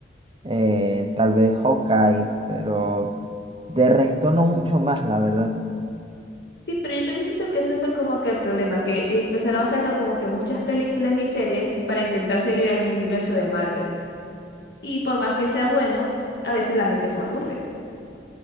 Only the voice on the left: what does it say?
Sí, pero yo también siento que ese fue como que el problema, que empezaron a sacar como que muchas películas y series para intentar seguir el universo de Marvel. Y por más que sea bueno, a veces la gente se aburre.